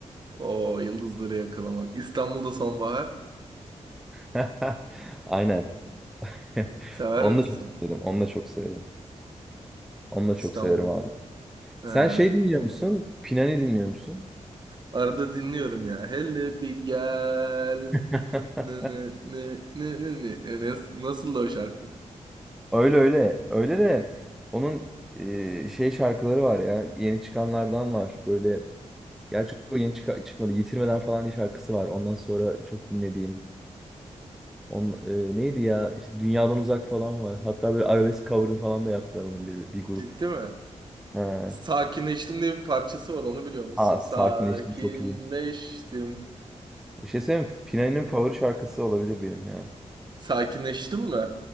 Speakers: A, on the right (about 35°); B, in the centre.
A: O yıldızları yakalamak. İstanbul'da sonbahar.
B: <laughs> Aynen. <laughs>
A: Sever
B: Onu
A: misin?
B: da çok severim. Onu da çok severim. Onu da
A: İstanbul.
B: çok severim abi.
A: Ha.
B: Sen şey dinliyor musun? Pinani dinliyor musun?
A: Arada dinliyorum ya. Hele bir gel.
B: <laughs>
A: ne ne ne ne ne ne E, Nasıl da o şarkı?
B: Öyle öyle. Öyle de onun e, şey şarkıları var ya. Yeni çıkanlardan var. Böyle Gerçi o yeni çık- çıkmadı. Yitirmeden falan diye şarkısı var. Ondan sonra çok dinlediğim. On, e, neydi ya? İşte Dünyadan Uzak falan var. Hatta böyle arabesk cover'ı falan da yaptılar onun bir, bir grup.
A: Ciddi mi?
B: Ha.
A: Sakinleştim diye bir parçası var onu biliyor musun?
B: Aa,
A: Sakinleştim.
B: sakinleştim çok iyi. Bir şey söyleyeyim mi? Pinay'ın favori şarkısı olabilir benim ya.
A: Sakinleştim mi?